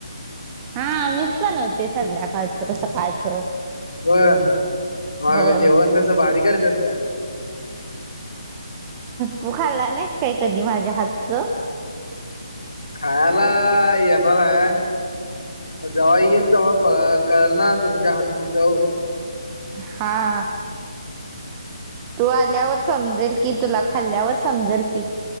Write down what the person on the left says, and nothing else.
होय मग
जेवण कसं भारी करत्यात काय?
खायला येणार हाय. जेव्हा येईन तेव्हा बघ कळेल ना तुमच्या हातची चव.